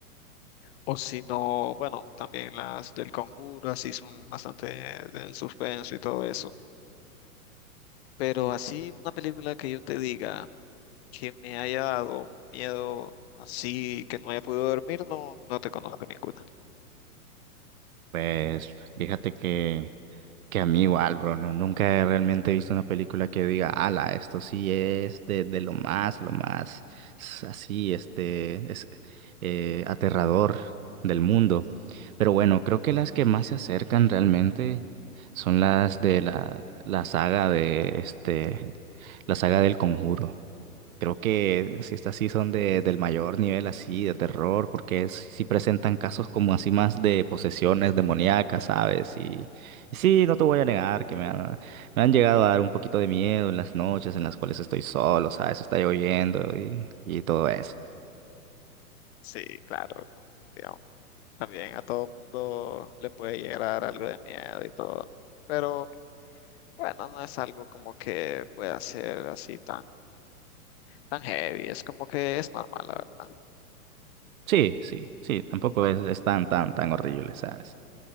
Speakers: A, on the left (about 45°); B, on the right (about 65°).
A: o si no, bueno, también las del Conjuro, así son bastante del suspenso y todo eso. Pero así una película que yo te diga que me haya dado miedo así que no haya podido dormir, no, no te conozco ninguna.
B: Pues fíjate que Que a mí igual, bro, no, nunca he realmente he visto una película que diga, ala, esto sí es de, de lo más, lo más s- así, este, es eh, aterrador del mundo. Pero bueno, creo que las que más se acercan realmente son las de la, la saga de este, la saga del Conjuro. Creo que si estas sí son de, del mayor nivel así de terror, porque sí presentan casos como así más de posesiones demoníacas, ¿sabes? Y, y sí, no te voy a negar que me han, me han llegado a dar un poquito de miedo en las noches en las cuales estoy solo, ¿sabes? Está lloviendo y, y todo eso.
A: Sí, claro, ¿no? Digamos, también a todo mundo le puede llegar a dar algo de miedo y todo, pero bueno, no es algo como que pueda ser así tan, tan heavy, es como que es normal, la verdad.
B: Sí, sí, sí, tampoco es, es tan, tan, tan horrible, ¿sabes?